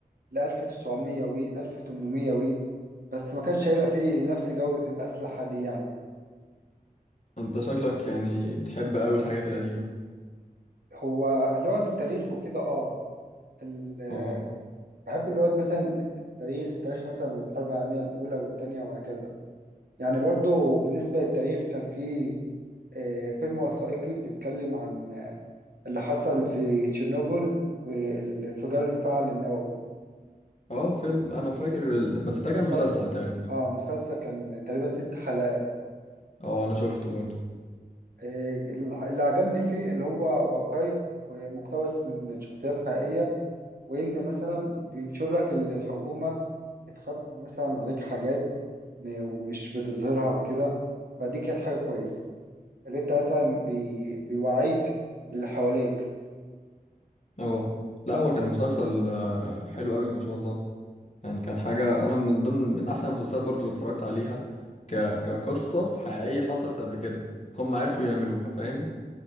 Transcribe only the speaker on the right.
ل 1900 و 1800 و بس ما كانش هيبقى فيه نفس جودة الأسلحة دي يعني
هو اللي هو التاريخ وكده اه ال-
بحب اللي هو مثلا التاريخ تاريخ مثلا الحرب العالمية الأولى والتانية وهكذا يعني برضو بالنسبة للتاريخ كان في آه، فيلم وثائقي بيتكلم عن آه، اللي حصل في تشيرنوبل والانفجار المفاعل النووي
المسلسل
اه مسلسل كان تقريبا ست حلقات
آه، اللي عجبني فيه اللي هو واقعي ومقتبس من شخصيات حقيقية وإن مثلا بينشر لك اللي الحكومة بتخبي مثلا عليك حاجات م- ومش بتظهرها وكده فدي كانت حاجة كويسة اللي انت مثلا بي... بيوعيك باللي حواليك